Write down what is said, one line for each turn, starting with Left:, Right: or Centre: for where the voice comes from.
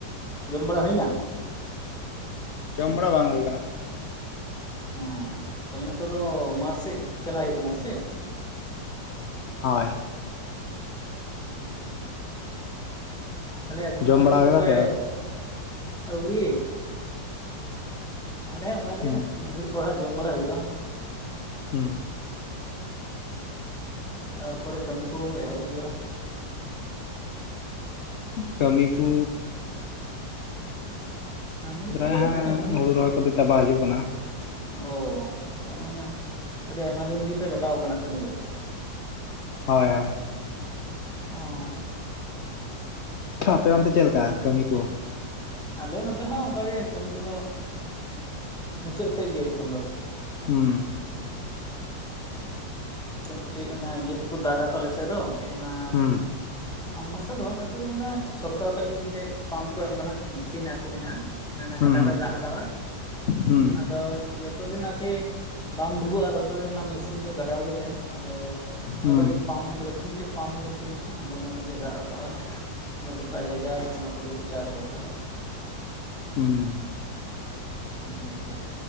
Centre: ᱡᱚᱢ ᱵᱟᱲᱟ ᱦᱩᱭᱱᱟ
Left: ᱡᱚᱢ ᱵᱟᱲᱟ ᱵᱟᱝ ᱦᱩᱭ ᱟᱠᱟᱱᱟ᱾
Centre: ᱦᱚᱸ ᱛᱟᱦᱞᱮ ᱱᱤᱛᱚᱜ ᱫᱚ ᱢᱟᱴᱷ ᱥᱮᱫ ᱪᱟᱞᱟᱜ ᱦᱩᱭᱩᱜ ᱠᱟᱱᱟ ᱥᱮ ᱪᱮᱜ
Left: ᱦᱳᱭ
Centre: ᱦᱮᱸ ᱛᱟᱦᱞᱮ ᱮᱠᱷᱚᱱ
Left: ᱡᱚᱢ
Centre: ᱫᱚ
Left: ᱵᱟᱲᱟ
Centre: ᱪᱮᱫ ᱠᱚᱯᱮ
Left: ᱠᱮᱫᱟ ᱯᱮ
Centre: ᱟᱹᱣᱲᱤ ᱟᱞᱮ ᱦᱚᱸ ᱚᱱᱠᱟ
Left: ᱦᱩᱸ
Centre: ᱜᱮ ᱢᱤᱫ ᱜᱷᱟᱹᱲᱤᱡ ᱯᱚᱨᱮ ᱦᱟᱸᱜ ᱡᱚᱢ ᱵᱟᱲᱟ ᱦᱩᱭᱩᱜᱼᱟ᱾
Left: ᱦᱩᱸ
Centre: ᱛᱟᱨᱯᱚᱨᱮ ᱠᱟᱹᱢᱤ ᱠᱚ ᱮᱦᱚᱵ ᱦᱩᱭᱩᱜᱼᱟ᱾
Left: ᱠᱟᱹᱢᱤ ᱠᱚ
Centre: ᱠᱟᱹᱢᱤ
Left: ᱯᱨᱟᱭ
Centre: ᱠᱚ ᱵᱚᱞᱛᱮ
Left: ᱦᱟᱸᱜ
Centre: ᱮᱢᱱᱤ
Left: ᱦᱩᱲᱩ ᱨᱚᱦᱚᱭ ᱠᱚᱫᱚ ᱪᱟᱵᱟ ᱦᱤᱡᱩᱜ ᱠᱟᱱᱟ᱾
Centre: ᱚ ᱛᱚ ᱢᱟᱱᱮ ᱟᱹᱰᱤ ᱟᱭᱢᱟ ᱫᱤᱱ ᱨᱤᱜᱤ ᱯᱮ ᱞᱟᱜᱟᱣ ᱠᱟᱱᱟ ᱠᱟᱹᱢᱤ ᱫᱚ
Left: ᱦᱳᱭ ᱦᱳᱭ
Centre: ᱚᱸᱻ
Left: ᱟᱯᱮ ᱚᱱᱛᱮ
Centre: ᱜᱮ
Left: ᱪᱮᱫ ᱞᱮᱠᱟ ᱠᱟᱹᱢᱤ ᱠᱚ
Centre: ᱟᱞᱮ ᱱᱚᱛᱮ ᱦᱚᱸ ᱚᱱᱠᱟᱜ ᱜᱮ ᱠᱟᱹᱢᱤ ᱠᱚᱫᱚ ᱢᱩᱪᱟᱹᱫ ᱥᱮᱫ ᱜᱮ ᱮᱠᱷᱚᱱ ᱫᱚ
Left: ᱦᱩᱸ
Centre: <unintelligible> ᱠᱟᱹᱴᱤᱡ ᱚᱱᱟ ᱤᱭᱟᱹ ᱛᱮᱠᱚ ᱫᱟᱜᱟ ᱛᱚ ᱟᱞᱮ ᱥᱮᱫ ᱫᱚ ᱚᱱᱟ
Left: ᱦᱩᱸ
Centre: ᱥᱟᱢᱟᱨᱥᱟᱞ ᱫᱚ ᱟᱨᱠᱤ ᱚᱱᱮ ᱥᱚᱨᱠᱟᱨ ᱠᱷᱚᱡ ᱜᱮ ᱢᱤᱫᱴᱮᱡ ᱯᱟᱢᱯ ᱠᱚ ᱮᱢ ᱠᱟᱱᱟ ᱢᱮᱥᱤᱱ ᱟᱨᱠᱤ ᱢᱮᱱᱟᱜᱼᱟ ᱚᱱᱟ
Left: ᱦᱩᱸ
Centre: ᱜᱟᱰᱟ ᱠᱷᱚᱱ ᱫᱟᱜ ᱨᱟᱠᱟᱵᱟ
Left: ᱦᱩᱸ
Centre: ᱟᱫᱚ ᱡᱚᱛᱚ ᱫᱤᱱ ᱟᱨᱠᱤ ᱵᱟᱝ ᱰᱩᱵᱟᱹᱜᱼᱟ ᱛᱚᱛᱚ ᱫᱤᱱ ᱢᱮᱥᱤᱱ ᱫᱚ ᱜᱟᱰᱟᱨ ᱜᱮ ᱛᱟᱦᱮᱱᱟ᱾ ᱟᱫᱚ ᱚᱸᱰᱮ
Left: ᱦᱩᱸ
Centre: ᱠᱷᱚᱡᱜ ᱯᱟᱢ ᱞᱟᱹᱴᱩ ᱢᱤᱫᱴᱮᱡ ᱯᱟᱢᱯ ᱢᱮᱥᱤᱱ ᱢᱮᱱᱟᱜᱼᱟ ᱟᱫᱚ ᱚᱱᱟᱛᱮᱜᱮ ᱫᱟᱜ ᱨᱟᱠᱟᱵᱼᱟ᱾ ᱜᱳᱚᱴᱟ ᱡᱟᱭᱜᱟ ᱚᱱᱟ ᱛᱮᱜᱮᱠᱚ ᱪᱟᱥ ᱵᱟᱥᱟ᱾
Left: ᱦᱩᱸ᱾
Centre: ᱦᱩᱸ,